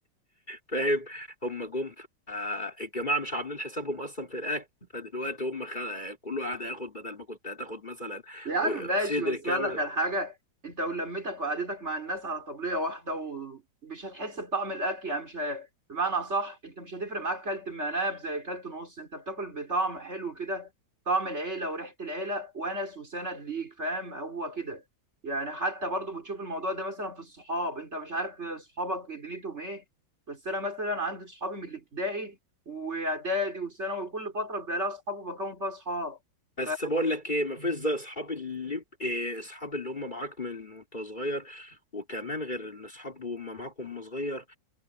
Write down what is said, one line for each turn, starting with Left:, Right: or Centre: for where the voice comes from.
Left: فاهم هم جم ف- آه، الجماعه مش عاملين حسابهم اصلا في الاكل فدلوقتي هم خل... كل واحد هياخد بدل ما كنت هتاخد مثلا
Right: يا عم
Left: آه،
Right: ماشي
Left: صدر
Right: بس
Left: كامل
Right: اقول لك على حاجه انت ولمتك وقعدتك مع الناس على طبليه واحده ومش هتحس بطعم الاكل يعني مش ه... بمعنى صح انت مش هتفرق معاك كلت مناب زي كلت نص انت بتاكل بطعم حلو كده طعم العيله وريحه العيله ونس وسند ليك فاهم هو كده يعني حتى برضو بتشوف الموضوع ده مثلا في الصحاب انت مش عارف صحابك دنيتهم ايه بس انا مثلا عندي صحابي من الابتدائي واعدادي وثانوي كل فتره بيبقى لها صحاب وبكون فيها صحاب
Left: بس
Right: ف-
Left: بقول لك ايه مفيش زي اصحاب اللي إيه اصحاب اللي هم معاك من وانت صغير وكمان غير ان اصحاب وهم معاك وهم صغير